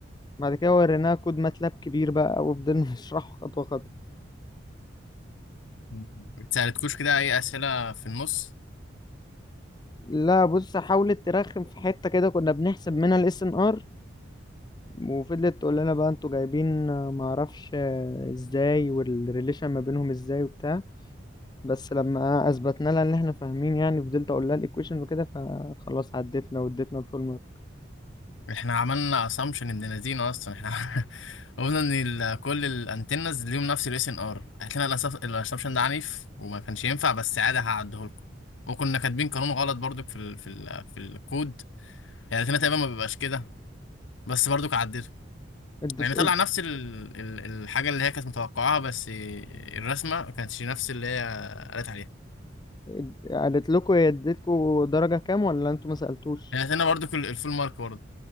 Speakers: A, on the left; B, on the left.
A: بعد كده وريناها كود ماتلاب كبير بقى وفضلنا <laughs> نشرحه خطوه خطوه
B: مم. بتسالتكوش كده اي اسئله في النص
A: لا بص حاولت ترخم في حته كده كنا بنحسب منها الاس ان ار وفضلت تقول لنا بقى انتوا جايبين آه، ما اعرفش آه، ازاي والريليشن ما بينهم ازاي وبتاع بس لما اثبتنا لها ان احنا فاهمين يعني فضلت اقول لها الايكويشن وكده فخلاص عدتنا واديتنا الفول مارك
B: احنا عملنا اسامبشن ابن لذينه اصلا احنا <laughs> قلنا ان ال- كل الانتنز ليهم نفس الاس ان ار لنا الاسامبشن ده عنيف وما كانش ينفع بس عادي هعديه لكم وكنا كاتبين قانون غلط برضك في ال في ال في الكود يعني لاتينا تقريبا ما بيبقاش كده بس برضك عدته
A: اديت
B: يعني
A: اد-
B: طلع نفس ال ال الحاجه اللي هي كانت متوقعاها بس الرسمه ما كانتش نفس اللي هي قالت عليها
A: اد- قالت لكم هي اديتكم درجة كام ولا انتوا ما سألتوش
B: يعني لاتينا برضك ال- الفول مارك برضه